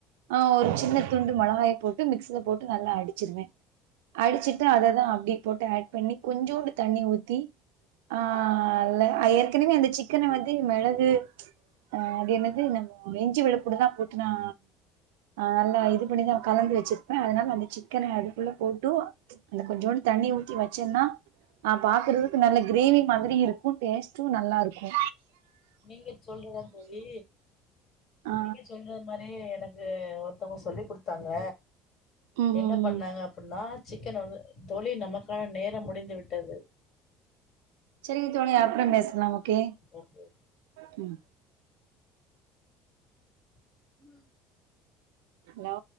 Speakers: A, on the right (about 80°); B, on the left (about 55°).
A: ஆ ஒரு சின்ன துண்டு மொளகாய போட்டு மிக்ஸில போட்டு நல்லா அடிச்சிருவே அடிச்சிட்டு அததா அப்டி போட்டு ஆட் பண்ணி கொஞ்சோண்டு தண்ணி ஊத்தி ஆஹ்ல்ல ஏற்கனவே அந்த சிக்கன வந்து மெளகு ஆ அது என்னது நம்ம இஞ்சி வெள்ளப்பூடுதா போட்டுன்னா ஆ நல்லா இது பண்ணிதா கலந்து வெச்சிர்ப்பே அத்னால அந்த சிக்கன அதுக்குள்ள போட்டு அந்த கொஞ்சோண்டு தண்ணி ஊத்தி வச்சேன்னா ஆ பாக்குறதுக்கு நல்ல கிரேவி மாதிரி இருக்கு டேஸ்ட்டும் நல்லா இருக்கு
B: நீங்க சொல்றதா தொழி
A: ஆ
B: நீங்க சொல்ற அ மாரி எனக்கு ஒருத்தங்க சொல்லி குடுத்தாங்க
A: ம்
B: என்ன
A: ம்
B: பண்ணாங்க
A: ம்
B: அப்டின்னா சிக்கன் வந்து தொழி நமக்கான நேரம் முடிந்து விட்டது
A: செரிங்க தோழி அப்றம் பேசலாம் ஓகே
B: ஓகே
A: ம்
B: ம்
A: ஹலோ